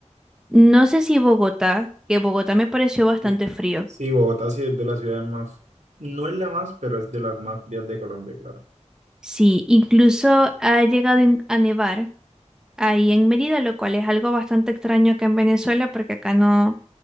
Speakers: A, in the centre; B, on the right.
A: no sé si Bogotá, que Bogotá me pareció bastante
B: Sí,
A: frío
B: Sí, Bogotá sí es de las ciudades más, no es la más, pero es de las más frías de Colombia, claro.
A: Sí, incluso ha llegado in- a nevar ahí en Mérida, lo cual es algo bastante extraño acá en Venezuela, porque acá no,